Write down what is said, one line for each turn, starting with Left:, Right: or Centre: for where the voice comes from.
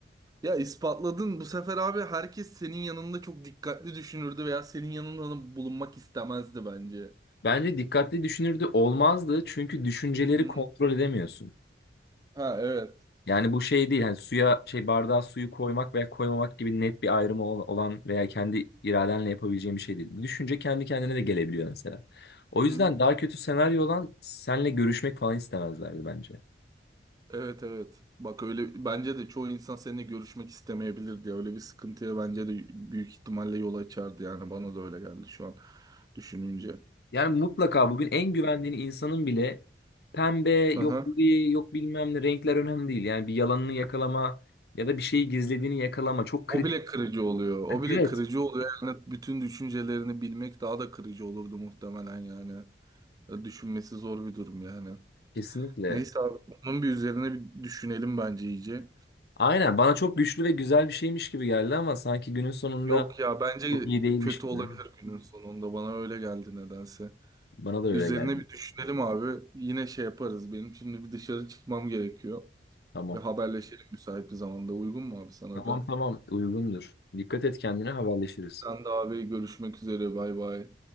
Right: Ya ispatladın bu sefer abi herkes senin yanında çok dikkatli düşünürdü veya senin yanında bulunmak istemezdi bence.
Left: Bence dikkatli düşünürdü olmazdı çünkü düşünceleri
Right: Hı hı.
Left: kontrol edemiyorsun.
Right: Ha evet.
Left: Yani bu şey değil. Hani suya şey bardağa suyu koymak veya koymamak gibi net bir ayrımı ol- olan veya kendi iradenle yapabileceğin bir şey değil. Düşünce kendi kendine de gelebiliyor mesela. O
Right: Hı hı.
Left: yüzden daha kötü senaryo olan senle görüşmek falan istemezlerdi bence.
Right: Evet evet. Bak öyle bence de çoğu insan seninle görüşmek istemeyebilirdi. ya. Öyle bir sıkıntıya bence de büyük ihtimalle yol açardı yani bana da öyle geldi şu an düşününce.
Left: Yani mutlaka bugün en güvendiğin insanın bile pembe, yok
Right: Hı hı.
Left: gri, yok bilmem ne renkler önemli değil. Yani bir yalanını yakalama ya da bir şeyi gizlediğini yakalama çok kritik.
Right: O bile kırıcı oluyor. O
Left: Yani
Right: bile
Left: Evet.
Right: kırıcı oluyor. Yani bütün düşüncelerini bilmek daha da kırıcı olurdu muhtemelen yani. Düşünmesi zor bir durum yani.
Left: Kesinlikle.
Right: Neyse abi onun bir üzerine bir düşünelim bence iyice.
Left: Aynen bana çok güçlü ve güzel bir şeymiş gibi geldi ama sanki günün sonunda
Right: Yok ya bence
Left: Çok iyi değilmiş
Right: kötü
Left: gibi
Right: olabilir
Left: değil mi?
Right: günün sonunda bana öyle geldi nedense.
Left: Bana da öyle
Right: Üzerine
Left: geldi.
Right: bir düşünelim abi. Yine şey yaparız. Benim şimdi bir dışarı çıkmam gerekiyor.
Left: Tamam.
Right: Ve haberleşelim müsait bir zamanda. Uygun mu abi sana
Left: Tamam
Right: da?
Left: tamam uygundur. Dikkat et kendine haberleşiriz.
Right: Sen de abi görüşmek üzere. Bay bay.